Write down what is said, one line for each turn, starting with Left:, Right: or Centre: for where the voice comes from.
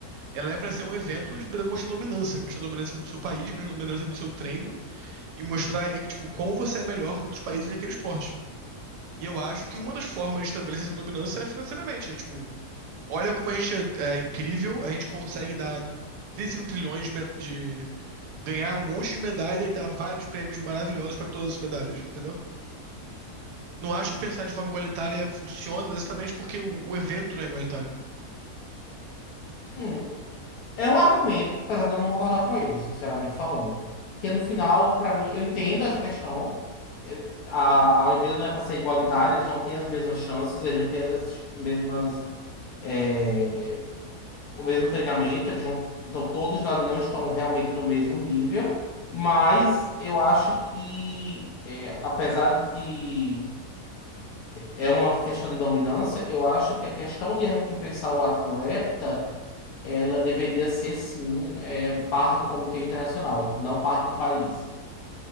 Right: Ela é pra ser um evento de demonstrar dominância, mostrar a dominância do seu país, mostrar a dominância do seu treino e mostrar, eh, tipo, como você é melhor que outros países naquele esporte. E eu acho que uma das formas de estabelecer essa dominância é financeiramente, é tipo, Olha como a gente é, é incrível, a gente consegue dar 35 trilhões de, me- de ganhar um monte de medalha e dar vários prêmios maravilhosos pra todas as medalhas, entendeu? Não acho que pensar de forma igualitária funciona exatamente porque o, o evento não é igualitário.
Left: Hum, É um argumento, apesar de eu não concordar com ele, sinceramente falando. Que é, no final, para mim, eu entendo essa questão. É, A, a Olimpíada não é para ser igualitária, eles não têm as mesmas chances, eles não têm as mes- mesmas, é, o mesmo treinamento, eles não, então todos ali não estão realmente no mesmo nível. Mas eu acho que, é, apesar de que é uma questão de dominância, eu acho que a questão de recompensar o atleta ela deveria ser sim é, parte do Comitê Internacional, não parte do país,